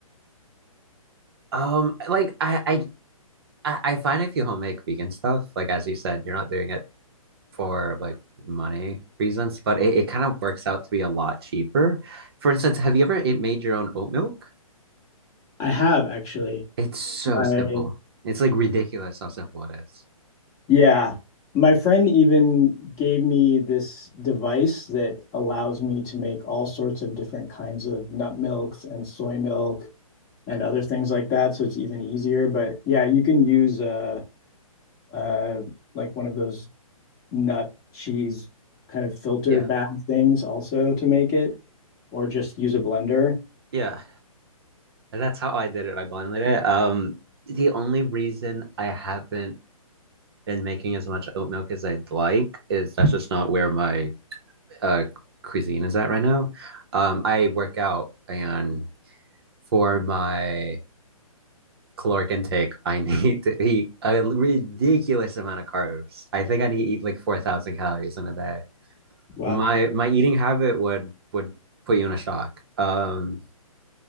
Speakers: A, on the right; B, on the left.
A: um, like I, I I, I find if you homemade vegan stuff, like as you said, you're not doing it for like money reasons, but it, it kind of works out to be a lot cheaper. For instance, have you ever it made your own oat milk?
B: I have actually.
A: It's so
B: My
A: simple. It's like ridiculous how simple it is.
B: yeah, my friend even gave me this device that allows me to make all sorts of different kinds of nut milks and soy milk and other things like that. So it's even easier. But yeah, you can use uh uh like one of those nut cheese kind of filter
A: Yeah.
B: bag things also to make it, or just use a blender.
A: Yeah. And That's how I did it. I blended it. Um, the only reason I haven't And making as much oat milk as I'd like. Is that's just not where my uh cuisine is at right now. Um, I work out and for my caloric intake, I <laughs> need to eat a ridiculous amount of carbs. I think I need to eat like 4,000 calories in a day.
B: Wow.
A: My my eating habit would would put you in a shock. Um,